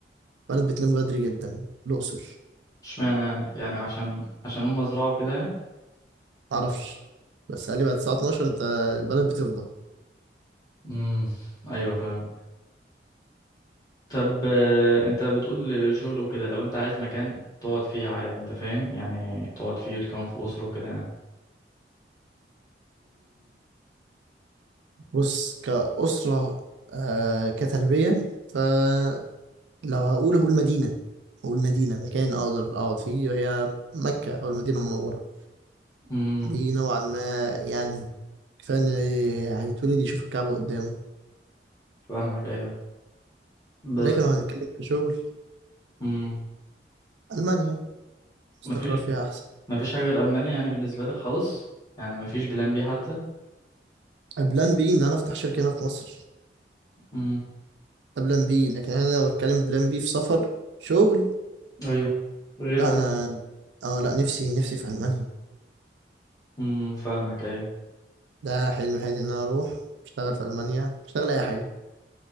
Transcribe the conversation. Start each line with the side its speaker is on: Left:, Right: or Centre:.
Right: البلد بتنام بدري جدا الأقصر
Left: اشمعنى يعني يعني عشان عشان هم زرعوا كده يعني
Right: معرفش بس قال لي بعد الساعة 12 أنت البلد بتفضى
Left: امم ايوه فاهم طب آه، انت بتقول شغل وكده لو انت عايز مكان تقعد فيه عادي انت فاهم يعني تقعد فيه وتكون في اسره وكده يعني
Right: بص كأسرة آه كتربية فلو هقول هقول مدينة هقول مدينة مكان أقدر أقعد فيه وهي مكة أو المدينة المنورة
Left: امم
Right: دي نوعا ما يعني كفاية إن هيتولد يشوف الكعبة قدامه
Left: فاهمك ايوه بس
Right: لكن لو هنتكلم في شغل
Left: امم
Right: ألمانيا
Left: مفيش
Right: استقرار فيها أحسن
Left: مفيش حاجه غير المانيا يعني بالنسبه لك خالص يعني مفيش بلان بي حتى
Right: بلان بي إن أنا أفتح شركة هنا في مصر
Left: امم
Right: ده بلان بي لكن أنا لو أتكلم بلان بي في سفر شغل
Left: ايوه غير
Right: لا أنا أه لا نفسي نفسي في ألمانيا
Left: امم فاهمك ايوه
Right: ده حلم حياتي ان انا اروح اشتغل في المانيا اشتغل اي حاجه